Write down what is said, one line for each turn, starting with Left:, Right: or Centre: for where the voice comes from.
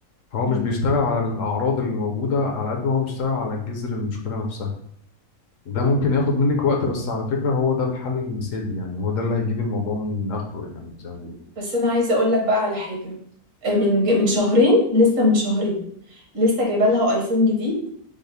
Left: هو
Right: مم.
Left: مش بيشتغل على الاعراض اللي موجوده على قد ما هو بيشتغل على جذر المشكله نفسها ده ممكن ياخد منك وقت بس على فكره هو ده الحل المثالي يعني هو ده اللي هيجيب الموضوع من اخره يعني زي ما بيقولوا
Right: بس انا عايزه اقول لك بقى على حاجه آه، من من شهرين لسه من شهرين لسه جايبه لها ايفون جديد